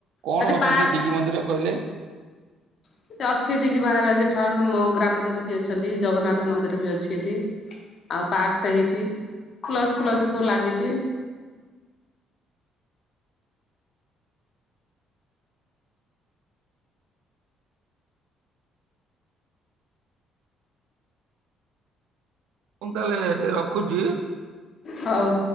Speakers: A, on the right; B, on the left.
A: କଣ
B: ସେଠି
A: ଅଛି
B: ପାର୍କ
A: ସେ ଡିଗି ମନ୍ଦିର କହିଲେ?
B: <inaudible> ଆଉ ପାର୍କଟେ ହେଇଚି <unintelligible> ସବୁ ଲାଗିଚି।
A: ମୁଁ ତାହେଲେ ଏଠେ ରଖୁଚି।
B: ହଉ।